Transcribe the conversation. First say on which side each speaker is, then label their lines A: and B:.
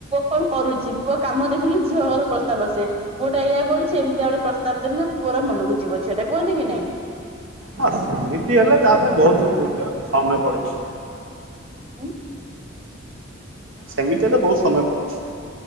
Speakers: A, on the right; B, on the right.
A: କଣ କରୁଛି ପୁଅ କାମ ଦେଖିକି ଝିଅ ଘର ପ୍ରସ୍ତାବ ଆସେ, ପୁଅ ଟା ଇଆ ପଡୁଛି ଏମିତି ଆଡେ ପ୍ରତାବ ଦେଲେ ପୁଅ ମନକୁ ଯିବ ଛୁଇଟା କୁହନ୍ତି କି ନାଇଁ?
B: ହଁ ସେମିତି ହେଲେ ତା ପାଇଁ ବହୁତ ସମୟ ପଡିଛି।
A: ହଁ।
B: ସେମିତି ହେଲେ ବହୁତ ସମୟ ପଡିଛି।